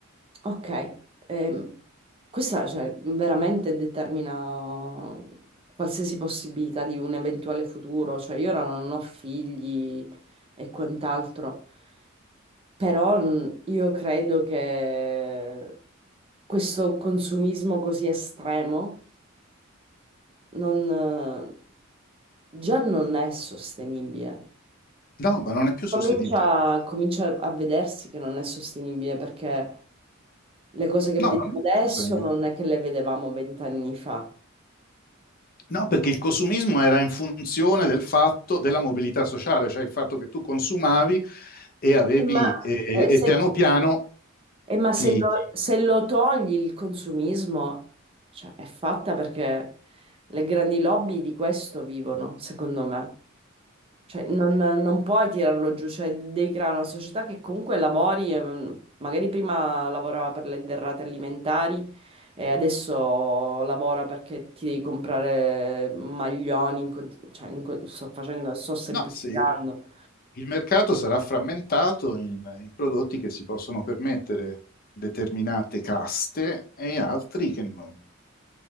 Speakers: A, on the right (about 25°); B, on the left (about 45°).
A: ok, ehm, questa, cioè, veramente determina qualsiasi possibilità di un eventuale futuro, cioè io ora non ho figli e quant'altro, però mh, io credo che questo consumismo così estremo non, eh, già non è sostenibile.
B: No, ma non è più sostenibile.
A: Comincia,
B: perché
A: comincia a vedersi che non è sostenibile perché le cose che
B: No,
A: vediamo
B: No, non è più
A: adesso
B: sostenibile.
A: non è che le vedevamo vent'anni fa.
B: No, perché il consumismo era in funzione del fatto della mobilità sociale, cioè il fatto che tu consumavi e
A: Eh,
B: avevi,
A: Ma,
B: e, e-
A: eh,
B: e
A: se,
B: piano piano
A: eh, ma se
B: ti...
A: lo,
B: ti-
A: se lo togli il consumismo, cioè, è fatta perché le grandi lobby di questo vivono, secondo me. Cioè, non, non puoi tirarlo giù, cioè devi creare una società che comunque lavori, ehm, magari prima lavorava per le derrate alimentari e adesso lavora perché ti devi comprare maglioni, in cont- cioè, in co- sto facendo, sto semplificando.
B: No, sì. Il mercato sarà frammentato in, in prodotti che si possono permettere determinate caste e altri che non,